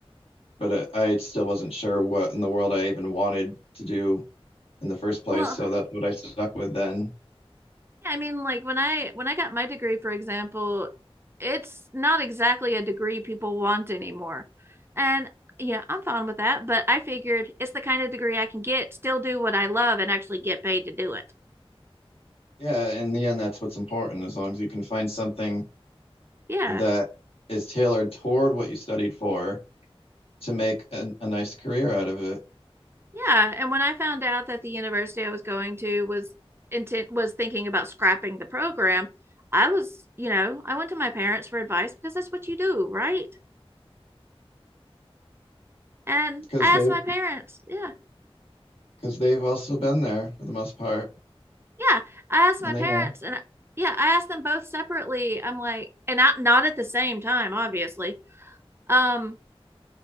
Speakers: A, on the left; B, on the right.
A: But uh, I still wasn't sure what in the world I even wanted to do in the first place,
B: Well,
A: so that's what I stuck with then.
B: yeah, I mean, like when I when I got my degree, for example, it's not exactly a degree people want anymore. And yeah, I'm fine with that, but I figured it's the kind of degree I can get, still do what I love, and actually get paid to do it.
A: Yeah, in the end, that's what's important. As long as you can find something
B: Yeah.
A: that is tailored toward what you studied for to make an, a nice career out of it,
B: Yeah. And when I found out that the university I was going to was intent was thinking about scrapping the program, I was, you know, I went to my parents for advice because that's what you do, right? And
A: because
B: I
A: they
B: asked my parents, yeah,
A: because they've also been there for the most part,
B: Yeah, I asked
A: and
B: my parents,
A: they know
B: and I- yeah, I asked them both separately. I'm like, and not not at the same time, obviously. Um,